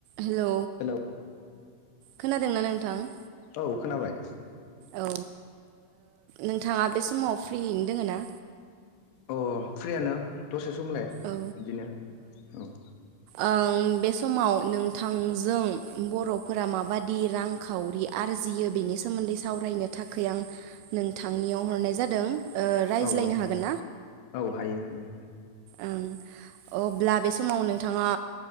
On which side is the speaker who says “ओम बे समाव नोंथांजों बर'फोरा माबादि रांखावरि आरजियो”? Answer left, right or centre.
Right